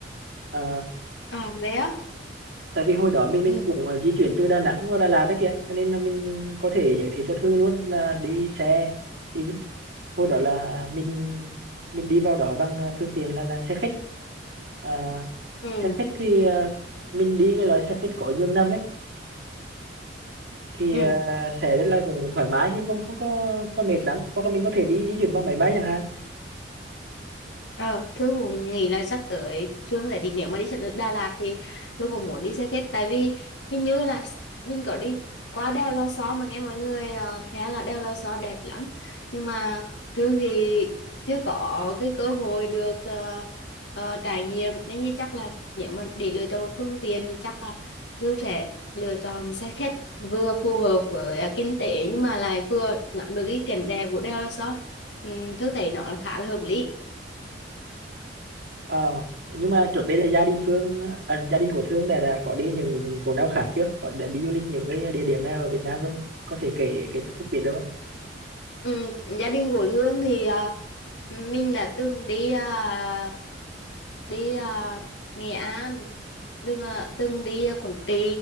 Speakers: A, on the right; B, on the left.
A: Ờ,
B: à Huế á
A: tại vì hồi đó mình mình
B: ừ.
A: cũng ờ, di chuyển từ Đà Nẵng vào Đà Lạt đấy kìa cho nên là mình có thể giới thiệu cho Thương luôn là đi xe đi với- hồi đó là mình mình đi vào đó bằng ờ, phương tiện là là xe khách Ờ,
B: ừ.
A: xe khách thì ờ, mình đi cái loại xe khách có giường nằm ấy thì
B: ừ.
A: ờ, sẽ rất là cũng thoải mái chứ không không có có mệt lắm hoặc là mình có thể đi di chuyển bằng máy bay chẳng hạn
B: Ờ, Thương cũng nghĩ là sắp tới Thương sẽ đi nếu mà đi Sa- Đà Lạt thì Thương cũng muốn đi xe khách tại vì hình như là mình có đi qua đèo Lò Xo mà nghe mọi người uh, khá là đèo Lò Xo đẹp lắm nhưng mà Thương thì chưa có cái cơ hội được ờ, ờ, trải nghiệm nên như chắc là nếu mà để lựa chọn một phương tiện thì chắc là Thương sẽ lựa chọn xe khách vừa phù hợp với ờ, kinh tế nhưng mà lại vừa ngắm được cái cảnh đẹp của đèo Lò Xo ừ, Thương thấy nó khá là hợp lý
A: Ờ, nhưng mà trước đây là gia đình Phương à, gia đình của Thương đã, đã có đi những chỗ nào khác chưa? Có đã đi du lịch những cái địa điểm nào ở Việt Nam rồi? Có thể kể kể cho Phúc biết được không?
B: Ừ, gia đình của Thương thì à, mình đã từng đi à, đi à, Nghệ An, từng à, từng đi à, Quảng Trị,